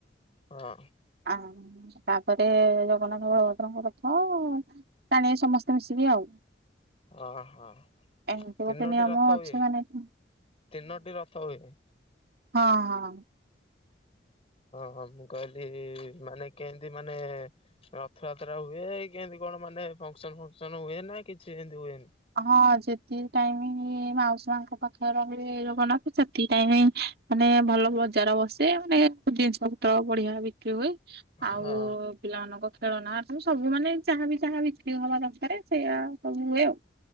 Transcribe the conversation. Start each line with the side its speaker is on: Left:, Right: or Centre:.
Left: ହଁ
Right: ଆ ତାପରେ ଜଗନ୍ନାଥ <unintelligible> ରଥ ଟାଣିବେ ସମସ୍ତେ ମିଶିକି ଆଉ।
Left: ଓ ହୋ
Right: ଏମିତି ଗୋଟେ
Left: ତିନୋଟି
Right: ନିୟମ
Left: ରଥ
Right: ଅଛି
Left: ହୁଏ।
Right: ମାନେ ହୁଁ
Left: ତିନୋଟି ରଥ ହୁଏ।
Right: ହଁ ହଁ।
Left: ହଁ ମୁଁ କହିଲି ମାନେ କେମତି ମାନେ। ରଥଯାତ୍ରା ହୁଏ କେମିତି କଣ ମାନେ ଫଙ୍କସନ ଫଙ୍କସନ ହୁଏ ନା କିଛି ଏମିତି ହୁଏନି।
Right: ହଁ ଯେତିକି ଟାଇମ ମାଉସୀ ମାଙ୍କ ପାଖରେ ରହିବେ ଜଗନାଥ ସେତିକି ଟାଇମ ମାନେ ଭଲ ବସେ ମାନେ ଜିନିଷ ପତ୍ର ବଢିଆ ବିକ୍ରି ହୁଏ ଆଉ
Left: ହଁ
Right: ପିଲାମାନଙ୍କ। ଖେଳନା ଆ ତ ସବୁ ମାନେ ଯାହାବି ଯାହା ବିକ୍ରି ହବା ଦରକାର ସେଇୟା ସବୁ ହୁଏ ଆଉ।